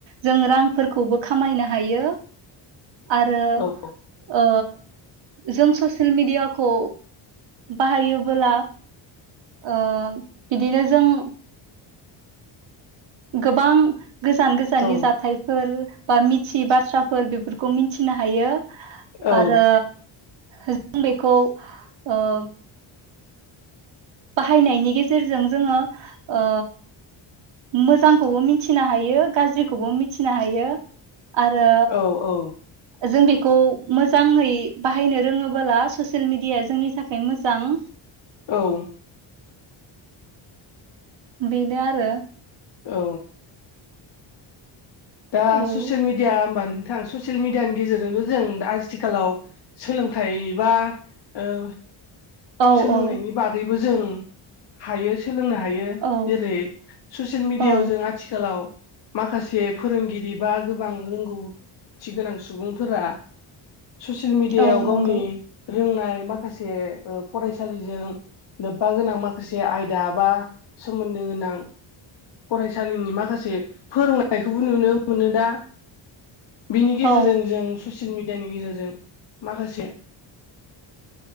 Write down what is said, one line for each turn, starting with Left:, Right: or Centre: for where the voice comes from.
Right: जों रांफोरखौबो खामायनो हायो आरो।
Left: औ
Right: ओ जों ससियेल मेडियाखौ बाहायोबोला। ओ बिदिनो जों गोबां गोजान गोजाननि
Left: औ
Right: जाथायफोर बा मिथि बाथ्राफोर बेफोर बेफोरखौ मिथिनो हायो
Left: औ
Right: आरो जों बेखौ ओ बाहायनायनि गेजेरजों जोङो ओ। मोजांखौबो मिथिनो हायो गाज्रिखौबो मिथिनो हायो। आरो
Left: औ
Right: जों बे खौ मोजाङै बाहायनो रोङोबोला ससियेल मिडियाया जोंनि थाखाय मोजां।
Left: औ।
Right: बेनो आरो।
Left: औ। दा
Right: औ
Left: ससियेल मिडिया होमबा नों थां ससियेल मिडियानि गेजेरजोंथ' जों आथिखालाव सोलोंथाइ बा ओ।
Right: औ
Left: सोलोंनायनि
Right: औ
Left: बागैबो जों हायो। सोलोंनो हायो
Right: औ
Left: जेरै ससियेल मिडियाायाव
Right: औ
Left: जों आथिखालाव। माखासे फोरोंगिरि बा गोबां रोंगौ थि गोनां सुबुंफोरा। ससियेल मिडियाायाव
Right: औ
Left: गावनि
Right: नंगौ
Left: रोंनाय माखासे ओ फरायसालिजों लोबबा गोनां माखासे आयदा बा सोमोनदो गोनां। फरायसालिनि माखासे फोरोंनायखौबो नुनो मोनो दा। बिनि गेजेरजों
Right: औ
Left: जों ससे सियेल मिडियानि गेजेरजों माखासे।